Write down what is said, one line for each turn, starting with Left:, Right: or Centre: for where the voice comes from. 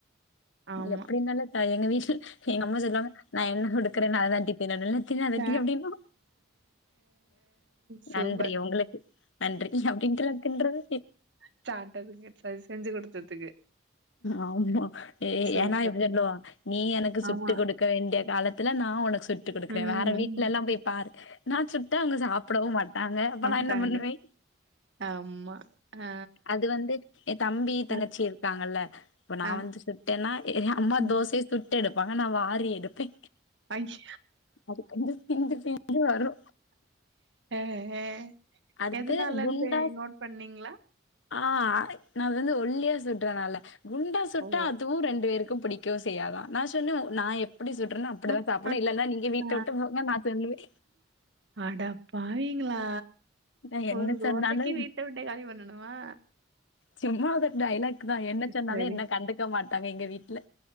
Right: ஆமா
Left: எப்டி இருந்தாலு நா எங்க வீட்டில் எங்க அம்மா சொல்லுவாங்க நா என்ன குடுக்குறேனோ அத தான்டி தின்னனு அத தின்னாட்டி
Right: ச
Left: அப்டிங்கோ
Right: சூப்பர்
Left: நன்றி உங்களுக்கு நன்றி அப்டின்ற தின்றது
Right: <unintelligible> அது செஞ்சு குடுத்ததுக்கு
Left: ஆமா
Right: சூப்பர்
Left: ஏன்னா இப்டி சொல்வாங் நீ எனக்கு சுட்டு
Right: ஆமா
Left: குடுக்க வேண்டிய காலத் துல நா உனக்கு சுட்டு சுட்டு குடுக்குறே
Right: ம்
Left: வேற வீட்டுலல்லா போய் பாரு நா சுட்டா அவுங்க சாப்புடவு மாட்டாங்க அப்ப
Right: பண்ட்டாங்க
Left: நா என்ன பண்ணுவே
Right: ஆமா ஆ
Left: அது வந்து எயே தம்பி தங்கச்சி
Right: அ,
Left: இருக்காங்கல்ல இப்ப நா
Right: ஆ
Left: வந்து சுட் என்னா ஏயே அம்மா
Right: ம்
Left: தோசைய சுட்டு எடுப்பாங்க நா வாரி எடுப்பே
Right: ஐயோ
Left: அதுக்கு வந்து பிந்து பிந்து வரோ
Right: அ அ
Left: அடுத்து
Right: எதுனாலன்
Left: குண்டா
Right: போய் நோட் பண்ணீங்ளா
Left: ஆ நா அத வந்து ஒல்லியா சுட்றனால குண்டா சுட்டா
Right: ஓ
Left: அதுவு ரெண்டு பேருக்கு புடிக் கேவு செய்யாதா நா சொன்ன நா எப் எப்டி சுட்டுறன்னோ அப்டிதா
Right: அ அ
Left: சாப்பட்னு இல்லன்னா நீங்க வீட்ட
Right: அ
Left: உட்டு போங்க நா சொல்லுவே
Right: அட பாவீங்களா
Left: நா என்ன
Right: ஒரு தோசைக்கு
Left: சொன்னாலு
Right: வீட்ட விட்டே காலி பண்ணனுமா
Left: சும்மா உதர் டைலாக்கு தா என்ன சொன்னாலு
Right: சரி
Left: என்ன கண்டுக்க மாட்டாங்க எங்க வீட்ல